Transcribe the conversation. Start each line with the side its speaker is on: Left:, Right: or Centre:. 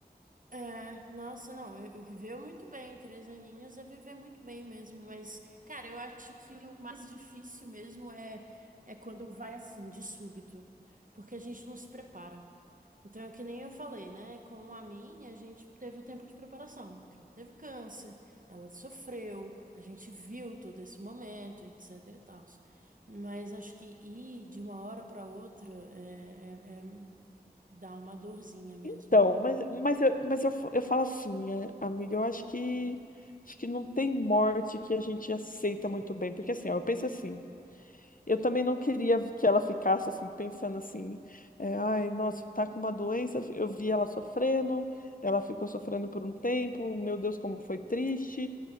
Right: É, nossa, não, eu- eu viveu muito bem, três aninhos é viver muito bem mesmo, mas, cara, eu acho que o mais difícil mesmo é, é quando vai assim, de súbito, porque a gente não se prepara. Então, é que nem eu falei, né, com a minha, a gente teve o tempo de preparação, porque ela teve câncer, ela sofreu, a gente viu todo esse momento, etc e tal. Mas acho que ir de uma hora para outra é, é, é- dá uma dorzinha mesmo.
Left: Então, mas, mas, eu, mas eu, fa- eu falo assim, é, amiga, eu acho que acho que não tem morte que a gente aceita muito bem, porque assim, ó, eu penso assim, eu também não queria que ela ficasse assim, pensando assim, é, ai, nossa, tá com uma doença, eu vi ela sofrendo, ela ficou sofrendo por um tempo, meu Deus, como foi triste,